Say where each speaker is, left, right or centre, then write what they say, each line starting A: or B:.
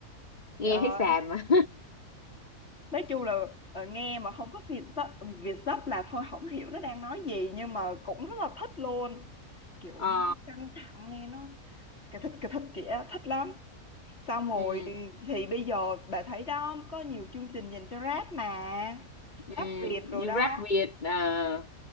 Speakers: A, on the left (about 30°); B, on the left (about 50°).
A: nghe
B: Trời
A: thấy xàm
B: ơi.
A: mà
B: nói chung là ờ, nghe mà không có Việt dấp- Việt dấp là thôi không hiểu nó đang nói gì nhưng mà cũng rất là thích luôn kiểu
A: <laughs>
B: nghe
A: ờ
B: nó căng thẳng nghe nó cái thịt cái thịt kìa thích lắm xong rồi
A: ừ.
B: thì bây giờ bà thấy đó có nhiều chương trình dành cho rap mà
A: Ừm,
B: rap Việt đồ
A: như
B: đó
A: rap Việt à,